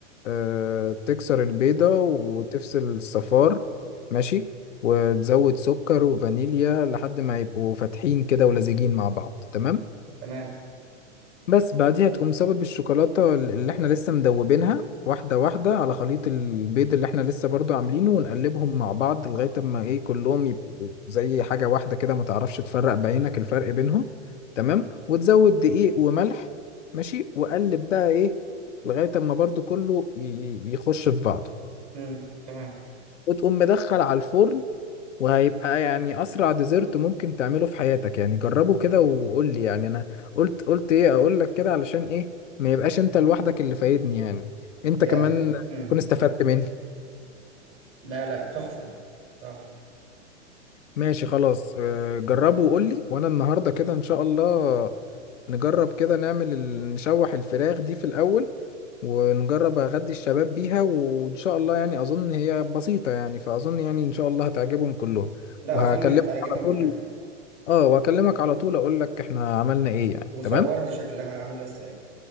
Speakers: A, on the left; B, on the right.
A: آه تكسر البيضة وتفصل الصفار ماشي وتزود سكر وفانيليا لحد ما يبقوا فاتحين كده ولزجين مع بعض تمام
B: تمام
A: بس بعديها تقوم صابب الشوكولاتة اللي احنا لسه مدوبينها واحدة واحدة على خليط البيض اللي احنا لسه برضو عاملينه ونقلبهم مع بعض لغاية اما ايه كلهم يبقوا زي حاجة واحدة كده ما تعرفش تفرق بعينك الفرق بينهم تمام وتزود دقيق وملح ماشي وقلب بقى ايه لغاية اما برضو كله ي- ي- يخش في بعضه
B: مم. تمام
A: وتقوم مدخل على الفرن وهيبقى يعني اسرع ديزرت ممكن تعمله في حياتك يعني جربه كده وقول لي يعني انا قلت قلت ايه اقول لك كده علشان ايه ما يبقاش انت لوحدك اللي فايدني يعني انت
B: يا
A: كمان
B: مم.
A: تكون استفدت مني
B: لا لا تحفه تحفه
A: ماشي خلاص آه، جربه وقول لي وانا النهارده كده ان شاء الله نجرب كده نعمل ال- نشوح الفراخ دي في الاول ونجرب اغدي الشباب بيها وان شاء الله يعني اظن هي بسيطة يعني فاظن يعني ان شاء الله هتعجبهم كلهم
B: لا
A: وهكلمك
B: اظن هتعجبهم
A: على طول
B: فعلا
A: اه واكلمك على طول اقول لك احنا عملنا ايه يعني
B: وصور
A: تمام
B: لي شكلها عامله ازاي